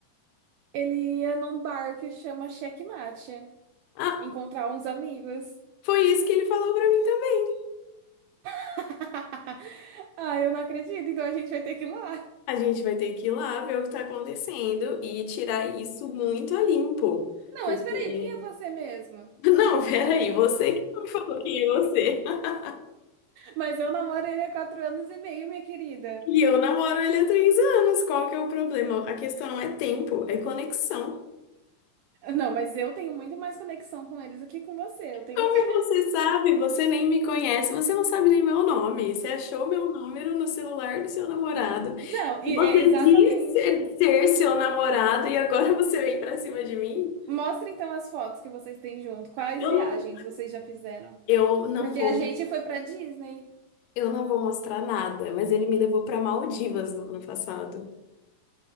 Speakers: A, on the right (about 80°); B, on the left (about 75°).
A: Ele ia num bar que chama Checkmate,
B: Ah,
A: encontrar uns amigos.
B: foi isso que ele falou pra mim também.
A: <laughs> Ah, eu não acredito, então a gente vai ter que ir lá.
B: A gente vai ter que ir lá ver o que tá acontecendo e tirar isso muito a limpo.
A: Não,
B: Porque
A: mas peraí, quem é você mesmo?
B: <laughs> Não, peraí, você que não falou quem é você. <laughs>
A: Mas eu namoro ele há quatro anos e meio, minha querida.
B: E eu namoro ele há três anos. Qual que é o problema? A questão não é tempo, é conexão.
A: Não, mas eu tenho muito mais conexão com eles do que com você, eu tenho
B: Como
A: certeza.
B: você sabe? Você nem me conhece, você não sabe nem meu nome. Você achou meu número no celular do seu namorado.
A: <laughs> Não, e-
B: E você
A: é exatamente.
B: disse ser ser seu namorado e agora <laughs> você vem pra cima de mim?
A: Mostra então as fotos que vocês têm junto. Quais
B: Eu
A: viagens
B: não,
A: vocês já fizeram?
B: eu não
A: Porque
B: vou,
A: a gente foi pra Disney,
B: eu não vou mostrar nada, mas ele me levou pra Maldivas no ano passado.